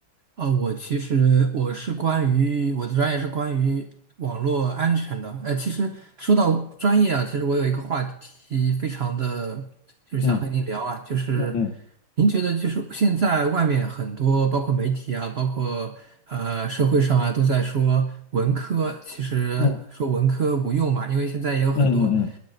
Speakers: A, on the right; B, on the left.
A: 啊，我其实我是关于我的专业是关于网络安全的。呃，其实说到专业啊，其实我有一个话题非常的，就是想和您聊啊，
B: 嗯
A: 就是
B: 嗯嗯
A: 您觉得就是现在外面很多包括媒体啊，包括呃社会上啊，都在说文科，其实说文科无用嘛，
B: 嗯
A: 因为现在也有很多嗯
B: 嗯嗯